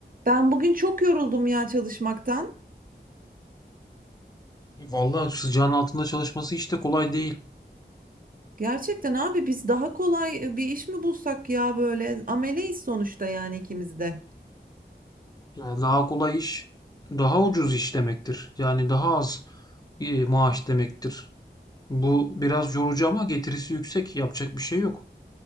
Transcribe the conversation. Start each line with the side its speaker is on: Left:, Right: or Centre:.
Right: Ben bugün çok yoruldum ya çalışmaktan.
Left: Vallahi sıcağın altında çalışması hiç de kolay değil.
Right: Gerçekten abi biz daha kolay e, bir iş mi bulsak ya böyle ameleyiz sonuçta yani ikimiz de.
Left: Yani daha kolay iş, daha ucuz iş demektir. Yani daha az e, maaş demektir. Bu biraz yorucu ama getirisi yüksek. Yapacak bir şey yok.